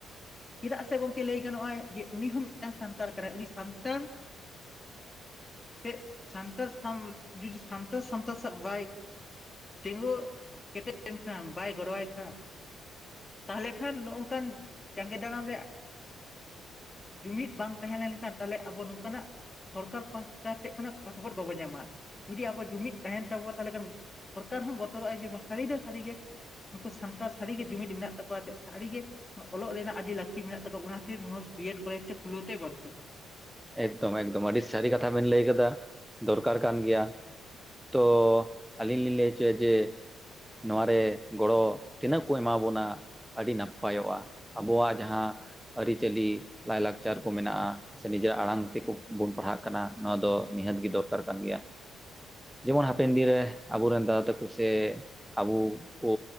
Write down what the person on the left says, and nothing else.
ᱪᱮᱫᱟᱜ ᱥᱮ ᱜᱚᱝᱠᱮ ᱞᱟᱹᱭ ᱜᱟᱱᱚᱜᱼᱟ ᱡᱮ ᱩᱱᱤ ᱦᱚᱸ ᱢᱤᱫᱴᱟᱱ ᱥᱟᱱᱛᱟᱲ ᱠᱟᱱᱟᱭ ᱩᱱᱤ ᱥᱟᱱᱛᱟᱲ <unintelligible> ᱥᱮ ᱥᱟᱱᱛ ᱡᱩᱫᱤ ᱥᱟᱱᱛᱟᱲ ᱥᱟᱱᱛᱟᱲ ᱥᱟᱣ ᱵᱟᱭ ᱛᱤᱸᱜᱩ ᱠᱮᱴᱮᱡ ᱞᱮᱱ ᱠᱷᱟᱱ ᱵᱟᱭ ᱜᱚᱲᱚᱣᱟᱭ ᱠᱷᱟᱱ ᱛᱟᱦᱚᱞᱮ ᱠᱷᱟᱱ ᱱᱚᱜᱝᱠᱟᱱ ᱡᱟᱸᱜᱮ ᱫᱟᱲᱟᱢ ᱨᱮᱭᱟᱜ ᱡᱩᱢᱤᱫ ᱵᱟᱝ ᱛᱟᱦᱮᱸ ᱞᱮᱱᱠᱷᱟᱱ ᱛᱟᱦᱚᱞᱮ ᱟᱵᱚ ᱱᱚᱝᱠᱟᱱᱟᱜ ᱥᱚᱨᱠᱟᱨ ᱯᱟᱥᱴᱟ ᱥᱮᱫ ᱠᱷᱚᱱᱟᱜ ᱜᱚᱲ ᱥᱚᱯᱚᱦᱚᱫ ᱵᱟᱵᱚ ᱧᱟᱢᱟ ᱡᱩᱫᱤ ᱟᱵᱚ ᱡᱩᱢᱤᱫ ᱛᱟᱦᱮᱱ ᱛᱟᱵᱚᱱᱟ ᱛᱟᱦᱚᱞᱮ ᱠᱷᱟᱱ ᱥᱚᱨᱠᱟᱨ ᱦᱚᱸ ᱵᱚᱛᱚᱨᱚᱜᱼᱟᱭ ᱡᱮ ᱥᱟᱹᱨᱤ ᱫᱚ ᱥᱟᱹᱨᱤ ᱜᱮ ᱱᱩᱠᱩ ᱥᱟᱱᱛᱟᱲ ᱥᱟᱹᱨᱤ ᱜᱮ ᱡᱩᱢᱤᱫ ᱢᱮᱱᱟᱜ ᱛᱟᱠᱚᱣᱟ ᱥᱟᱹᱨᱤ ᱜᱮ ᱚᱞᱚᱜ ᱨᱮᱱᱟᱜ ᱟᱹᱰᱤ ᱞᱟᱹᱠᱛᱤ ᱢᱮᱱᱟᱜ ᱛᱟᱠᱚᱣᱟ ᱚᱱᱟ ᱠᱷᱟᱛᱤᱨ ᱱᱚᱣᱟ ᱵᱤ ᱮᱰ ᱠᱚᱞᱡᱽ ᱛᱮ ᱠᱷᱩᱞᱟᱹᱣ ᱛᱮ ᱵᱟᱫᱽᱫᱷᱚᱜᱼᱟ᱾